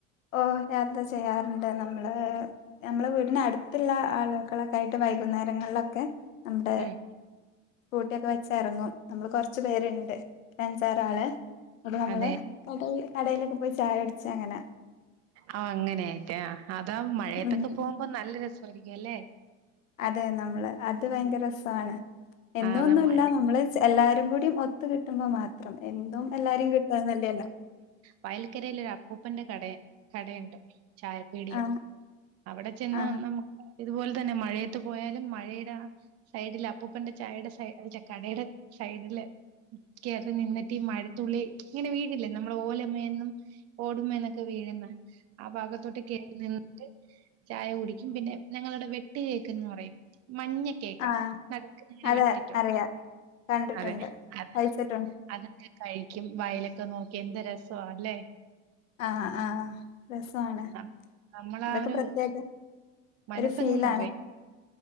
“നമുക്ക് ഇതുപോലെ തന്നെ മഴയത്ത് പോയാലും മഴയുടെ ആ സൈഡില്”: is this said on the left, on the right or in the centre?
Right